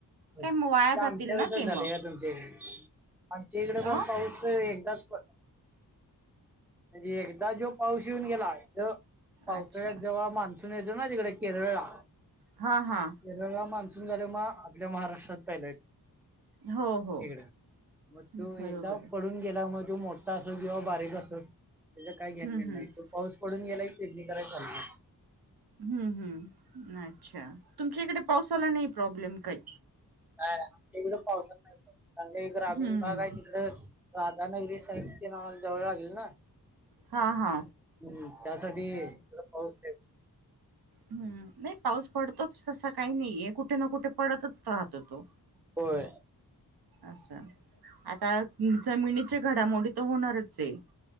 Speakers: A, in the centre; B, on the right.
A: म्हणजे
B: काय मग वाया
A: आमच्यागत
B: जातील ना
A: च
B: ते
A: झालंय
B: मग
A: का तुमच्या इकडे आमच्या इकडे
B: अ
A: पण पाऊस एकदाच पडला. म्हणजे एकदा जो पाऊस येऊन गेला तो पावसाळ्यात
B: अच्छा
A: जेव्हा मान्सून येतो ना तिकडे केरळला,
B: हा हा
A: केरळला मान्सून सून झालं म आपल्या महाराष्ट्रात पहिला येतोय.
B: हो हो
A: इकड मग
B: बरोबर
A: तू एकदा
B: आहे
A: पडून गेला मग तो मोठा असो किंवा बारीक असो त्याच काय घेण
B: हम्म
A: देणं
B: हम्म
A: नाही तो पाऊस पडून गेलाय. पेरणी कराय चालू.
B: हम्म हम्म अच्छा तुमच्या इकडे पावसाला नाही, प्रॉब्लेम काही
A: नाय नाय आमच्या इकडं पावसा नाही प्रॉब्लेम आमच्या काही ग्रामीण
B: हम्म
A: भाग आहे तिकड राधानगरी साईट तेन ऑल जवळ लागेल ना.
B: हा हा,
A: हम्म त्यासाठी इकडं पाऊस हे
B: हम्म नाही पाऊस पडतोच तसा काही नाहीये कुठे ना कुठे पडतच राहतो तो.
A: होय.
B: असं आता जमिनीच्या घडामोडी तर होणारच हे.